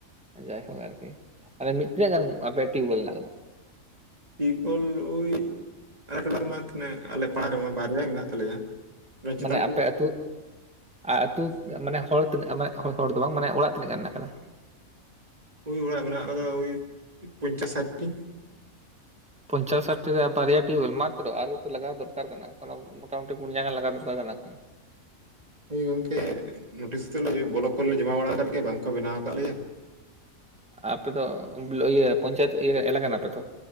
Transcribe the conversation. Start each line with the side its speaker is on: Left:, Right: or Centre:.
Centre: ᱡᱟᱭᱦᱳᱠ ᱟᱨᱠᱤ, ᱢᱟᱱᱮ ᱢᱤᱫ ᱛᱤᱱᱟᱹᱜ ᱜᱟᱱ ᱟᱯᱮ ᱴᱤᱭᱩᱵᱭᱮᱞ ᱢᱮᱱᱟᱜ ᱟᱠᱟᱫᱟ?
Right: ᱯᱤᱯᱚᱞ ᱳᱭ ᱟᱞᱮ ᱴᱚᱞᱟ ᱨᱮᱢᱟ ᱛᱤᱱᱟᱹᱜ ᱟᱞᱮ ᱯᱟᱲᱟ ᱨᱮᱢᱟ ᱵᱟᱨᱭᱟ ᱢᱮᱱᱟᱜ ᱛᱟᱞᱮᱭᱟ᱾ ᱪᱮᱛᱟᱱ
Centre: ᱢᱟᱱᱮ ᱟᱯᱮ ᱟᱹᱛᱩ ᱟᱨ ᱟᱛᱩ ᱢᱟᱱᱮ ᱦᱚᱲ ᱛᱤᱱᱟᱹᱜ ᱦᱚᱲ ᱦᱚᱲ ᱦᱚᱲ ᱫᱚ ᱵᱟᱝ ᱢᱟᱱᱮ ᱚᱲᱟᱜ ᱛᱤᱱᱟᱹᱜ ᱜᱟᱱ ᱢᱮᱱᱟᱜ ᱟᱠᱟᱫᱟ?
Right: ᱳᱭᱻ ᱚᱲᱟᱜ ᱢᱮᱱᱟᱜ ᱠᱟᱫᱟ ᱳᱭᱻ ᱯᱚᱧᱪᱟᱥ ᱥᱟᱴᱴᱤ᱾
Centre: ᱯᱚᱧᱪᱟᱥ ᱥᱟᱴᱴᱤ ᱨᱮ ᱵᱟᱨᱭᱟ ᱴᱤᱭᱩᱵᱽᱭᱮᱞ ᱢᱟᱛᱨᱚ ᱟᱨᱦᱚ ᱛᱚ ᱞᱟᱜᱟᱣ ᱫᱚᱨᱠᱟᱨ ᱠᱟᱱᱟ᱾ <unintelligible> ᱢᱚᱴᱟᱢᱩᱴᱤ ᱯᱩᱱᱭᱟ ᱜᱟᱱ ᱞᱟᱜᱟᱣ ᱫᱚᱨᱠᱟᱨ ᱠᱟᱱᱟ ᱮᱠᱷᱚᱱᱚ᱾
Right: ᱦᱳᱭ ᱜᱚᱝᱠᱮ ᱱᱳᱴᱤᱥ ᱠᱚᱫᱚ ᱵᱞᱚᱠ ᱠᱚᱨᱮᱞᱮ ᱡᱚᱢᱟ ᱵᱟᱲᱟ ᱟᱠᱟᱫ ᱜᱮᱭᱟ ᱵᱟᱝᱠᱚ ᱵᱮᱱᱟᱣ ᱟᱠᱟᱫ ᱞᱮᱭᱟ᱾
Centre: ᱟᱯᱮ ᱫᱚ ᱤᱭᱟᱹ ᱯᱚᱧᱪᱟᱭᱮᱛ ᱮᱞᱟᱠᱟ ᱠᱟᱱᱟᱯᱮ ᱛᱚ?